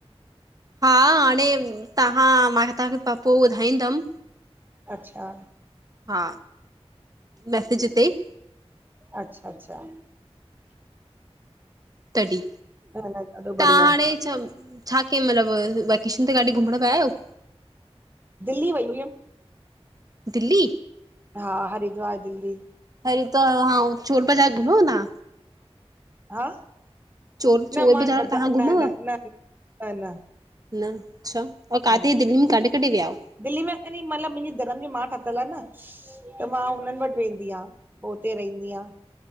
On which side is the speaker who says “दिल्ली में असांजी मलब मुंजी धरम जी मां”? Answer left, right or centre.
Right